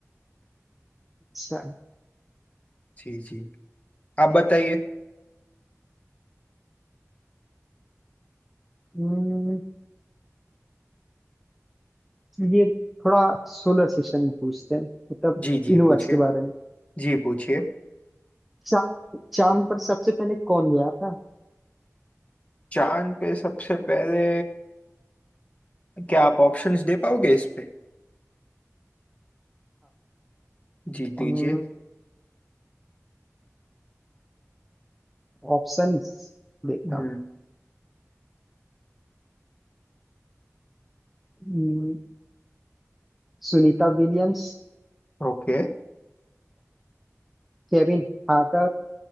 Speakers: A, in the centre; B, on the left (about 25°).
A: सा-
B: जी जी आप बताइए
A: हम्म, ये थोड़ा सोलर सिस्टम में पूछते हैं मतलब
B: जी जी
A: यूनिवर्स
B: पूछिए
A: के बारे में
B: जी पूछिए
A: चा, चांद पर सबसे पहले कौन गया था
B: चांद पे सबसे पहले क्या आप ऑप्शंस दे पाओगे इस पे जी दीजिए
A: हाँ ऑप्शंस देखता
B: हम्म
A: हूँ हम्म, Sunita Williams
B: ओके
A: Kevin Harter